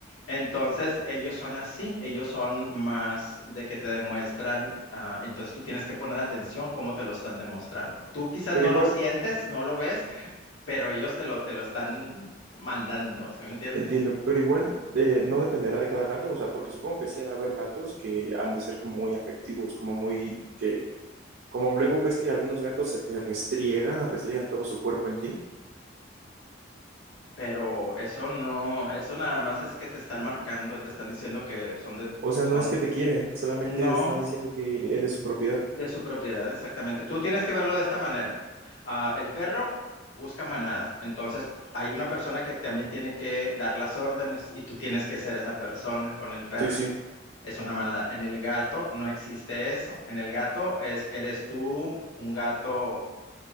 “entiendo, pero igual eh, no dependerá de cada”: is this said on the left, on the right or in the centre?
Right